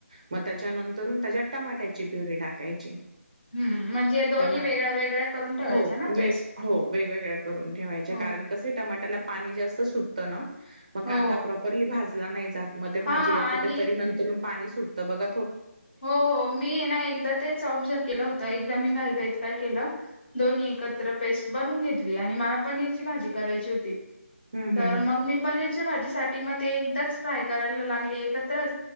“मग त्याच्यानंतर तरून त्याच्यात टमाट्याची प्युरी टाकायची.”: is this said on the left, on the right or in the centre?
Right